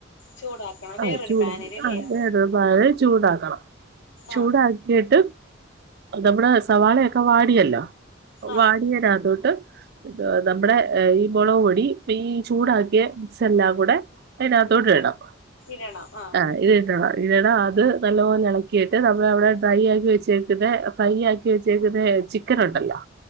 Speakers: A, on the left; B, on the right.
A: ചൂടാക്കണം
B: ആഹ്
A: വേറൊരു
B: ചൂട്
A: പാനിലല്ലയോ
B: ആഹ് എ ബാ ചൂടാക്കണം ചൂടാക്കിട്ട്
A: ആഹ്
B: നമ്മുടെ സവാളയൊക്കെ വാടിയല്ലോ
A: ആഹ്
B: വാടിയതിനത്തോട്ട് നമ്മുടെ ഈ മുളക് പൊടി ഈ ചൂടാക്കിയ മിക്സെല്ലാം കൂടെ അതിനകത്തോട്ട് ഇടാം
A: ഇടണം ആഹ്
B: ആ ഇത്ട്ടട ഇടണം ഇത് നല്ലപോലെ ഇളക്കിട്ട് നമ്മൾ അവിടെ ഡ്രൈ ആക്കി വെച്ചേക്കന്നാ ഫ്രൈ ആക്കി വച്ചേക്കുന്ന ചിക്ക് ചിക്കൻ ഉണ്ടല്ലോ